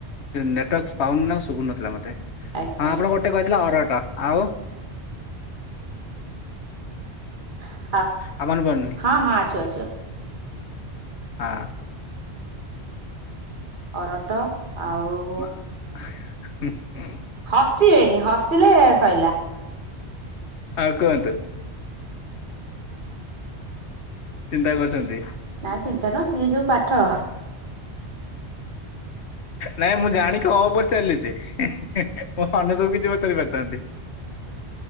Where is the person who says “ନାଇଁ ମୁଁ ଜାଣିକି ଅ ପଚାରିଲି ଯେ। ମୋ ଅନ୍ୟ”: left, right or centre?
Left